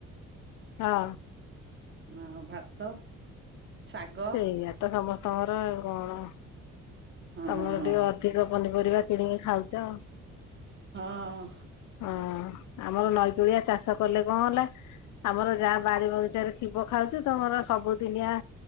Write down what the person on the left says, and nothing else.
ହଁ।
ସେଇଆ ତ ସମସ୍ତଙ୍କର କଣ
ତମର
ଟିକେ ଅ ଧିକ ପନିପରିବା କିଣିକି ଖାଉଚ।
ଅ ଆମର ନଈକୂଳିଆ ଚାଷ କଲେ କଁ ହେଲା ଆମର ଯାହା ବାରି ବଗିଚାରେ ଥିବ ଖାଉଛୁ ତମର ସବୁଦିନିଆ